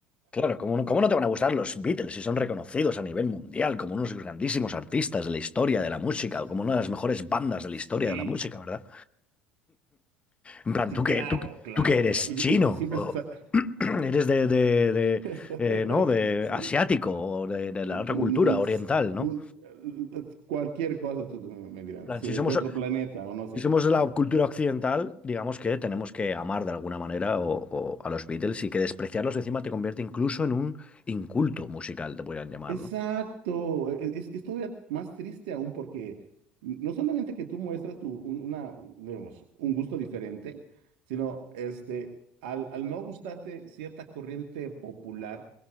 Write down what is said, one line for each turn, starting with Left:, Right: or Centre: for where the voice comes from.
Left: Claro, ¿cómo no, cómo no te van a gustar los Beatles si son reconocidos a nivel mundial como unos grandísimos artistas de la historia de la música
Right: <laughs> sí, sí,
Left: o como una de las mejores bandas
Right: sí,
Left: de la historia de la música, ¿verdad? En plan,
Right: sí,
Left: ¿tú qué,
Right: claro,
Left: tú, qué-
Right: claro,
Left: tú qué eres
Right: claro. Y,
Left: chino?
Right: y- y siempre...
Left: ¿O
Right: sa-
Left: <clears throat> eres de, de- de,
Right: <laughs>
Left: eh, ¿no? de asiático o de, de
Right: Mm,
Left: la otra cultura oriental,
Right: s-
Left: ¿no?
Right: mm, eh, Cualquier cosa tú me me dirás,
Left: En plan,
Right: si
Left: si
Right: eres
Left: somos,
Right: de otro planeta o no sé,
Left: si somos
Right: exacto.
Left: de la cultura occidental, digamos que tenemos que amar de alguna manera o- o a los Beatles y que despreciarlos encima te convierte incluso en un inculto musical, te podrían llamar,
Right: Exacto,
Left: ¿no?
Right: e- e- es, es todavía más triste aún porque no solamente que tú muestras tu, un- una, digamos, un gusto diferente, sino este, al, al no gustarte cierta corriente popular,